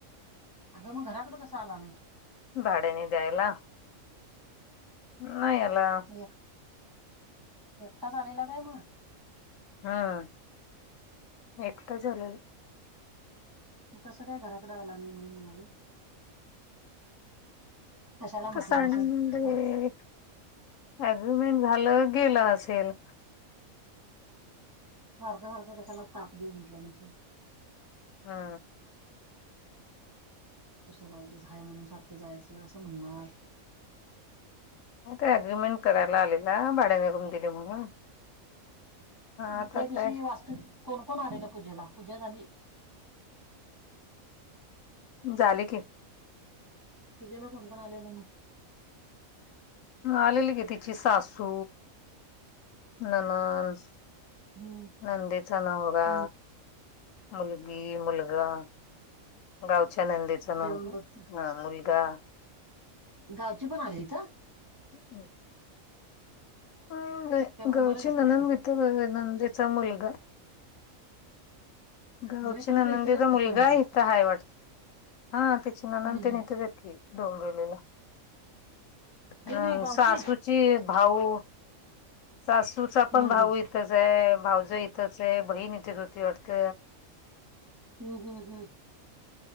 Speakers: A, on the right; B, on the left.
A: आता मग घराकडं कस आला नाही
B: भाड्यानी द्यायला नाही आला
A: एक एकटा चालेला काय मग
B: हम् एकटा आलेला.
A: मग कसं काय घराकडे आला नाही म्हणून म्हणालोय. कशाला
B: तर
A: म्हटलं
B: संडे
A: नसेल <inaudible>
B: अग्रीमेंट झालं गेला असेल.
A: सारखं सारखं कशाला ताप देऊ म्हटलं नसेल.
B: हा
A: कशाला उगाच म्हणून सारखं जायचं असं म्हणणार.
B: नाही ते अग्र्रीमेंट करायला आलेला भाड्या निघून दिली म्हणून. आता
A: मग त्या दिवशी
B: काय
A: वास्तू कोण कोण आलेल पूजेला? पूजा झाली.
B: झाले की.
A: पूजेला कोण कोण आलेला मग?
B: आलेली की तिची सासू, नणंद
A: हम्म
B: नंदेचा नवरा,
A: हम्म
B: मुलगी, मुलगा. गावच्या नंदेचा
A: जेवण
B: नाव.
A: करत
B: ह मुलगा
A: गावची पण आली इथं?
B: ह <unintelligible>
A: त्या मुंबईलाच
B: गावची
A: असतात
B: ननंद
A: ते
B: <unintelligible> नंदेणा मुलगा. गावची
A: नव्हे ते
B: ननंदीचा
A: लोक इथंच असतात
B: मुलगा
A: काय म्हटलं
B: आहे इथं हाय वाटत. हा तिची
A: हम्म
B: नणंद तेन
A: हम्म
B: तिथेच हायत की डोंबिवलीला.
A: ती
B: अ
A: नाही गावची
B: सासूची भाऊ सासूचा
A: हम्म
B: पण भाऊ
A: हम्म
B: इ इथच आहे भाऊज इथंच आहे बहीण इथेच होती वाटत.
A: हम हम हम